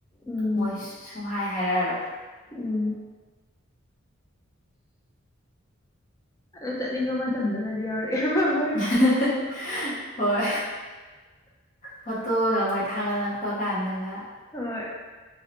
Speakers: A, on the left; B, on the left.
A: ꯎꯝ
B: ꯃꯣꯏ ꯁꯨꯡ ꯍꯥꯏ ꯍꯥꯏꯔꯛꯑꯔꯣꯏ
A: ꯎꯝ ꯑꯣ ꯆꯠꯅꯤꯡꯕ ꯃꯇꯝꯗꯨꯒꯗꯤ ꯌꯥꯎꯔꯛꯑꯦ ꯃꯣꯏ
B: ꯎꯝ ꯍꯣꯏ ꯐꯣꯇꯣꯒ ꯃꯣꯏ ꯊꯥꯒꯠꯂꯛꯄ ꯀꯥꯟꯗꯒ
A: ꯍꯣꯏ